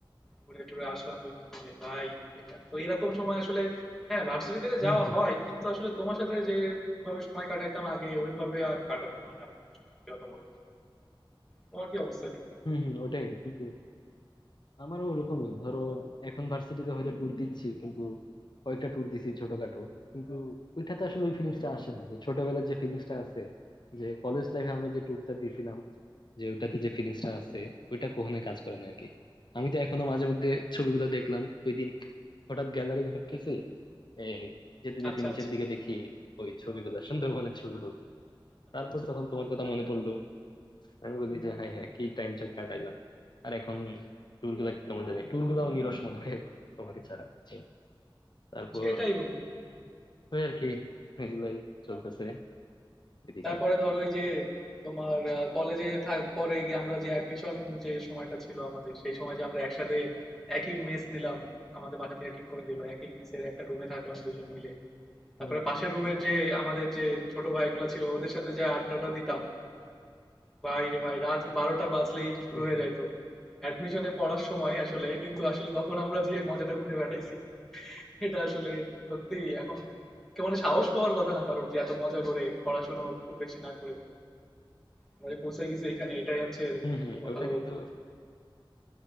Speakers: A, in the centre; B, on the left.
A: ঘুরে টুরে আসলাম দুই দিন মিলে ভাই এটা তো এরকম সময় আসলে হ্যাঁ ভার্সিটি থেকে
B: হম
A: যাওয়া
B: হম
A: হয় কিন্তু আসলে তোমার সাথে যেভাবে সময় কাটাইতাম আগে ওইভাবে আর কাটানো হয় না ভাই সত্যি কথা বলতে তোমার কি অবস্থা এদিককার?
B: হম হম ওটাই কিন্তু আমারও ওরকমই ধরো এখন ভার্সিটিতে হয়তো ট্যুর দিচ্ছি কিন্তু কয়েকটা ট্যুর দিছি ছোটখাটো কিন্তু ওইটাতে আসলে ওই ফিলিংসটা আসে না যে ছোটবেলার যে ফিলিংসটা আছে যে কলেজ লাইফে আমরা যে ট্যুরটা দিছিলাম যে ওইটাতে যে ফিলিংসটা আছে ওইটা কখনোই কাজ করে না আর কি আমি তো এখনো মাঝে মধ্যে ছবিগুলো দেখলাম ওই দিন হঠাৎ গ্যালারি ঘাটতেছি এই যেতে যেতে
A: আচ্ছা
B: নিচের
A: আচ্ছা
B: দিকে দেখি ওই ছবিগুলো সুন্দরবনের ছবিগুলো তারপর তখন তোমার কথা মনে পড়লো আমি বলি যে হাই হাই কি টাইম চেক কাটাইলাম আর এখন ট্যুর গুলা কেমন জানি ট্যুর গুলাও নিরস মনে হয় এখন তোমাকে ছাড়া বুঝছো? তারপর
A: সেটাই বন্ধু
B: ওই আর কি এগুলাই চলতেছে এদিকে
A: তারপরে ধরো ওই যে তোমার কলেজে থাক পরে গিয়ে আমরা যে অ্যাডমিশন যে সময়টা ছিল আমাদের সেই সময় যে আমরা একসাথে একই মেস নিলাম আমাদের বাসা থেকে ঠিক করে দিল একই মেসের একটা রুমে থাকলাম দুজন মিলে তারপরে
B: হুম হুম
A: পাশের রুমের যে আমাদের যে ছোট ভাইগুলো ছিল ওদের সাথে যে আড্ডাটা দিতাম ভাই রে ভাই রাত বারোটা বাজলেই শুরু
B: হুম
A: হয়ে
B: হুম
A: যাইতো অ্যাডমিশনে পড়ার সময় আসলে কিন্তু আসলে তখন আমরা যে মজাটা করে বেড়াইছি এটা আসলে সত্যি এখন কেমন সাহস পাওয়ার কথা না কারোর যে এত মজা করে পড়াশোনা খুব বেশি না করে আমরা যে পৌঁছে গেছি এইখানে এটাই হচ্ছে
B: হুম হুম ওটা
A: ভালো বলতে
B: কিন্তু
A: হয়,